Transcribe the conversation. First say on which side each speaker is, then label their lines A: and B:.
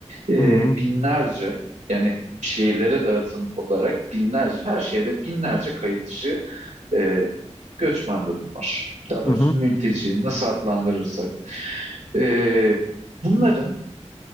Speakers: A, on the right; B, on the left.
A: e,
B: Hı hı.
A: binlerce yani şehirlere dağıtım olarak binlerce her şehirde binlerce kayıt dışı e, göçmen durum var. Daha
B: Hı
A: doğrusu
B: hı.
A: mülteci nasıl adlandırırsak. E, bunların